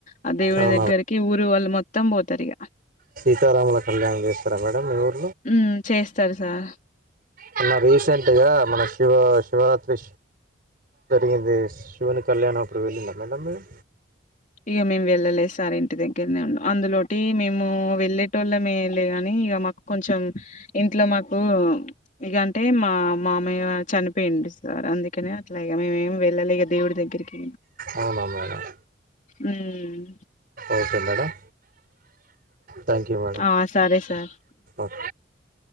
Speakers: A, on the left; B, on the right.
A: ఆ దేవుడి
B: అవునా
A: దగ్గరికి ఊరు వాళ్ళు మొత్తం పోతు సరిగా
B: సీతారామల కళ్యాణ్ దేస్తార మేడమ్ ఇవరు
A: ఉ చేస్తారు సార్
B: మొన్న రీసెంట్గా మన శివ శివరాత్రి జరిగింది శివుని కళ్యాణం అప్పుడు వెళ్ళింది మేడమ్ మీరు
A: ఇక మేము వెళ్ళలేదు సార్ ఇంటి దగ్గరనే ఉం అందులోటి మేము వెళ్ళేటోళ్ళమే లే ని ఇక మాకు కొంచెం ఇంట్లో మాకు ఇక అంటే మా మామయ్య చనిపోయిండు సార్ అందుకే అలాగ మేేం వెళ్ళాల దేవుడు దగ్గరకి
B: అవున మేడమ్
A: ఉమ్
B: okay madam thank you madam
A: ఆ సరే సార్
B: ఓకే